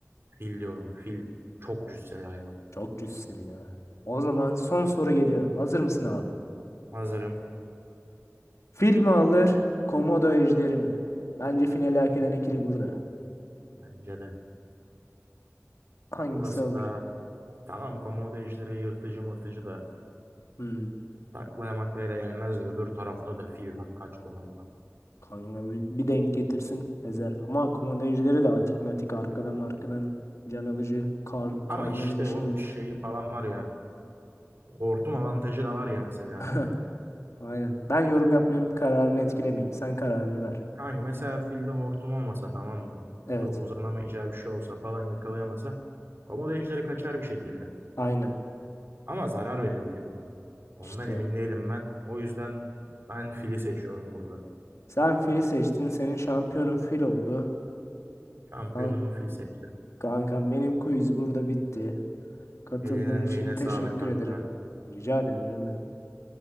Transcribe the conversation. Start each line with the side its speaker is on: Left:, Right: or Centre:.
Right: Fil diyorum. Fil. Çok cüsseli hayvan.
Left: Çok cüz seni ya. O zaman son soru geliyor. Hazır mısın abi?
Right: Hazırım.
Left: Fil mi alır, komodo ejderi mi? Bence finali hak eden ikili burada.
Right: Bence de.
Left: Hangisi
Right: Burası
Left: alır?
Right: da tamam komodo ejderi yırtıcı mırtıcı da.
Left: Hmm.
Right: Taklaya maklaya da gelmez de öbür tarafta da fil var. Kaç ton hayvan.
Left: Kanka bir, bir denk getirsin ezer. Ama komodo ejderi de atik matik arkadan markadan can alıcı kar, karnını
Right: Ama işte
Left: deşebilir.
Right: onun şeyi falan var ya. Hortum avantajı da var ya mesela
Left: <laughs>
Right: filin.
Left: Aynen. Ben yorum yapmayayım, kararını etkilemeyeyim. Sen kararını ver.
Right: Kanka mesela filde hortum olmasa tamam mı?
Left: Evet.
Right: Böyle uzanamayacağı bir şey olsa falan yakalayamasa komodo ejderi kaçar bir şekilde.
Left: Aynen.
Right: Ama zarar verebilir mi? Ondan
Left: İşte.
Right: emin değilim ben. O yüzden ben fili seçiyorum burada.
Left: Sen fili seçtin, senin şampiyonun fil oldu.
Right: Şampiyonumu
Left: Kan-
Right: fil seçtim.
Left: Kankam benim quiz burada bitti. Katıldığın
Right: Eline emeğine
Left: için teşekkür
Right: sağlık kanka.
Left: ederim. Rica ederim canım benim.